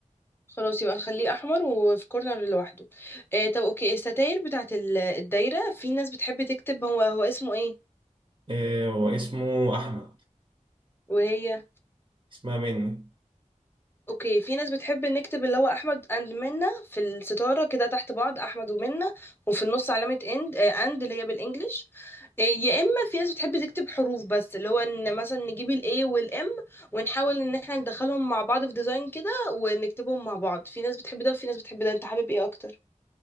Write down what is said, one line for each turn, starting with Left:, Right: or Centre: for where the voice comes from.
Left: خلاص يبقى نخليه احمر وفي كورنر لوحده آه طب اوكي الستاير بتاعت ال- الدايره في ناس بتحب تكتب هو هو اسمه ايه
Right: إيه واسمه احمد
Left: وهي
Right: اسمها منى
Left: اوكي في ناس بتحب نكتب اللي هو احمد اند منى في الستاره كده تحت بعض احمد ومنى وفي النص علامه اند اند اللي هي بالانجلش آه، يا اما في ناس بتحب تكتب حروف بس اللي هو ان مثلا نجيب الاي والام ونحاول ان احنا ندخلهم مع بعض في ديزاين كده ونكتبهم مع بعض في ناس بتحب ده وفي ناس بتحب ده انت حابب ايه اكتر